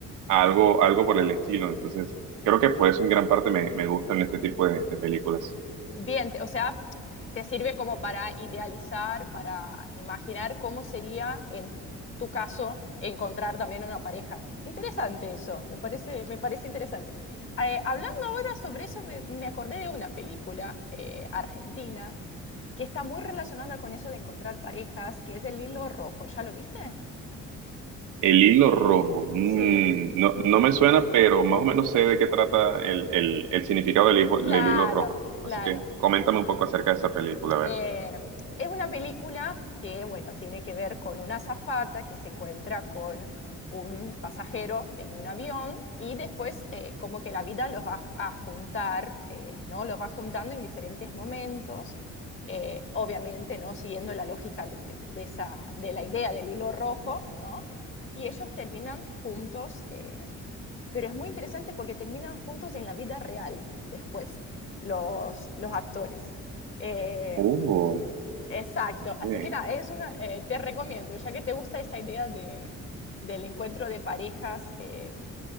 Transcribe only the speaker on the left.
Bien, te- o sea, te sirve como para idealizar, para imaginar cómo sería en tu caso encontrar también una pareja. Interesante eso, me parece, me parece interesante. Eh, hablando ahora sobre eso, me, me acordé de una película eh, argentina que está muy relacionada con eso de encontrar parejas, que es El Hilo Rojo. ¿Ya lo viste?
Sí,
claro,
claro.
Eh, es una película que, bueno, tiene que ver con una azafata que se encuentra con un pasajero en un avión y después eh, como que la vida los va a juntar, eh, ¿no? Los va juntando en diferentes momentos, eh, obviamente, ¿no? Siguiendo la lógica de, de esa, de la idea del hilo rojo, ¿no? Y ellos terminan juntos, eh, pero es muy interesante porque terminan juntos en la vida real después, los, los actores. Eh,
Exacto,
así que nada, es una, eh, te recomiendo, ya que te gusta esa idea de, del encuentro de parejas eh,